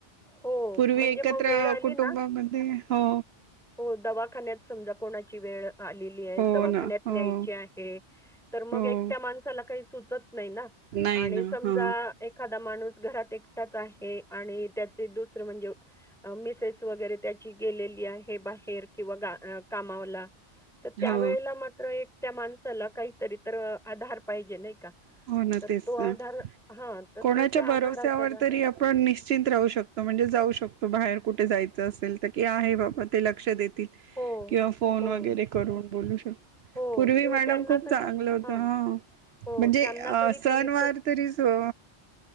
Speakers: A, in the centre; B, on the right.
A: हो.
B: पूर्वी
A: म्हणजे
B: एकत्र
A: मग वेळ आली
B: कुटुंबामध्ये
A: ना
B: हो.
A: हो दवाखान्यात समजा कोणाची वेळ आलेली आहे
B: हो
A: दवाखान्यात
B: ना हो.
A: न्यायची आहे तर मग
B: हो
A: एकट्या माणसाला काही सुचत नाही ना
B: नाही
A: आणि
B: ना
A: समजा
B: हा
A: एखादा माणूस घरात एकटाच आहे आणि त्या दुसर म्हणजे मिसेस वगैरे त्याची गेलेली आहे बाहेर किंवा कामावला तर त्या
B: हो
A: वळेला मात्र एक त्या माणसाला काहीतरी तर आधार पाहिजे नाही का!
B: हो ना
A: तर
B: तेच
A: तो
B: ना
A: आधार हां, तर
B: कोणाच्या
A: तशा
B: भरोस्यावर
A: आधाराच्या जागा
B: तरी आपण निश्चंत राहू शकतो. म्हणजे जाऊ शकतो बाहेर कुठे जायचं असेल तर की आहे बाबा ते लक्ष देत
A: हो,
B: किंवा फोन
A: हो,
B: वगैरे करून बोलू शकतो.
A: हो
B: पूर्वी
A: किंवा
B: मॅडम
A: त्यांना
B: खूप
A: तरी
B: चांगलं होत
A: हां.
B: हा.
A: हो,
B: सनवार
A: त्यांना तरी कमीत
B: तरीच हो!